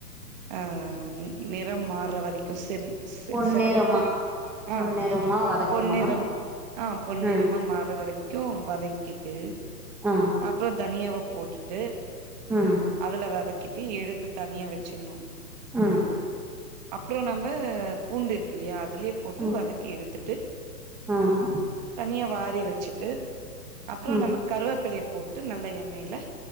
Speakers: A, on the right; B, in the centre.
A: அ நிறம் மாற்ற வரைக் செ செ
B: பொன்னிறமா
A: செகப்பா அ
B: பொன்னிறமா வதக்கணுமா
A: பொன்னிறம் அ பொன்னிறமா
B: ம்
A: மாற்ற வரைக்கு வதக் கிட்டு
B: ஆ
A: அப்றம் தனியாவ போட்டுட்டு
B: ம்
A: அதுல வதக் கிட்டு எடுத்து தனியா வெச்சிண்ணு
B: ம்
A: அப்ற நம்ம பூண்டு இருக்குலையா அதுலயே போட்டு
B: ம்
A: வதக்கி எடுத்துட்டு
B: ம்
A: தனியா வாரி வச்சுட்டு அப்றம்
B: ம்
A: நம்ம கருவாப்பிள்ளைய போட்டு நல்ல எண்ணெயில